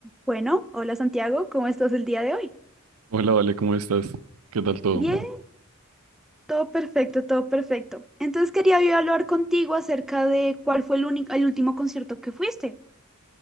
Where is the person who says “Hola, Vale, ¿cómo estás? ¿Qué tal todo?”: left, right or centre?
Right